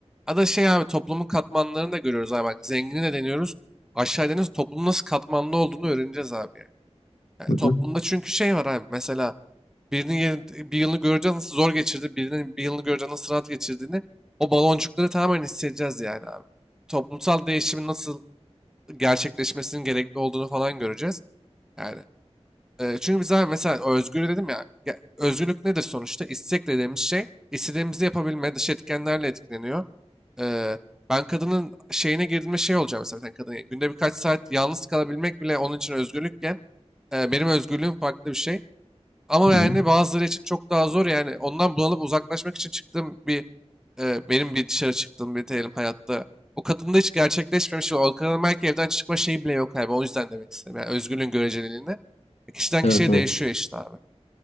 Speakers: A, in the centre; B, on the left (about 75°).
A: Ya da şey abi toplumun katmanlarını da görüyoruz abi bak zengini de deniyoruz. Aşağı deniyoruz toplumun nasıl katmanlı olduğunu öğreneceğiz abi. Yani
B: Hı
A: toplumda
B: hı,
A: çünkü şey var abi mesela Birinin yeni- bir yılını göreceğiz nasıl zor geçirdi, birinin bir yılını göreceğiz nasıl rahat geçirdiğini o baloncukları tamamen hissedeceğiz yani abi. Toplumsal değişimin nasıl gerçekleşmesinin gerekli olduğunu falan göreceğiz. Yani e, çünkü biz abi mesela özgür dedim ya, ya özgürlük nedir sonuçta? İstek dediğimiz şey istediğimizi yapabilme dış etkenlerle etkileniyor. Ee, ben kadının şeyine girdiğimde şey olacağım mesela bir tane kadın. Günde birkaç saat yalnız kalabilmek bile onun için özgürlükken e, benim özgürlüğüm farklı bir şey. Ama
B: hı
A: yani
B: hı.
A: bazıları için çok daha zor yani ondan bunalıp uzaklaşmak için çıktığım bir e, benim bir dışarı çıktığım bir diyelim hayatta. O kadında hiç gerçekleşmemiş. O kadının belki evden çıkma şeyi bile yok abi. O yüzden demek istedim. Yani özgürlüğün göreceliliğinde. E, Kişiden
B: Evet
A: kişiye
B: evet.
A: değişiyor işte abi.